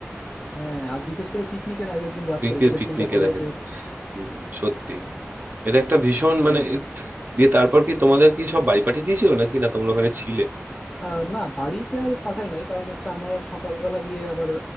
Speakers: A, on the left; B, on the right.
A: হ্যাঁ আর বিশেষ করে পিকনিকের আগের দিন রাত্রে
B: দিকে
A: তাহলে
B: পিকনিকের
A: চিন্তা করো
B: আগে
A: যে হচ্ছে
B: হুম, সত্যি এটা একটা ভীষণ মানে
A: এবার
B: এ- দিয়ে তারপর কি তোমাদের কি সব বাড়ি পাঠিয়ে দিয়েছিল নাকি না তোমরা ওখানে ছিলে
A: আহ, না বাড়িতে আর পাঠাই নাই কারণ হচ্ছে আমরা সকালবেলা গিয়ে আবার